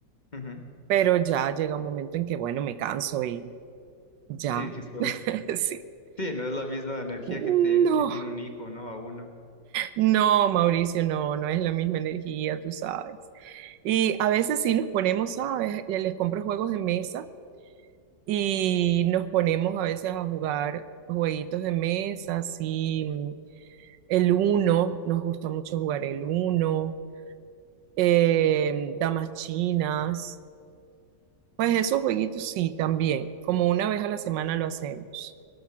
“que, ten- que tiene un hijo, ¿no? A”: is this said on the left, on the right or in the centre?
Left